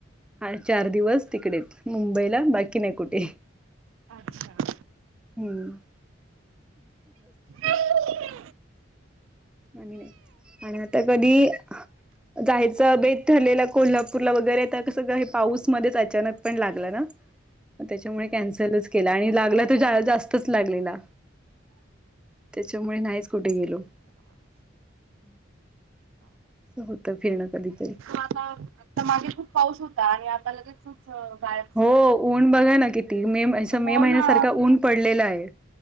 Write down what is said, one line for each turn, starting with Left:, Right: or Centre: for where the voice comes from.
Centre: हा चार दिवस तिकडेच मुंबईला बाकी नाही कुठे
Right: अच्छा <unintelligible>
Centre: हम् <unintelligible>
Right: हो.
Centre: आणि नाही आणि आता कधी <unintelligible> जायचं बेत ठरलेलं कोल्हापूरला वगैरे तर कस हे पाऊसमध्येच अचानक पण लागलं ना <unintelligible> मग त्याच्यामुळे कॅन्सलच केला आणि लागला तर जा जास्तच लागलेला त्याच्यामुळे नाहीच कुठे गेलो <unintelligible> हम्म <unintelligible> होत फिरणं कधीतरी <unintelligible>
Right: ता मागे खूप पाऊस होता आणि आता ल <unintelligible> हो बा <unintelligible>
Centre: हो ऊन बघा ना किती मे मे
Right: हो
Centre: महिन्यासारखा
Right: ना.
Centre: ऊन पडलेला आहे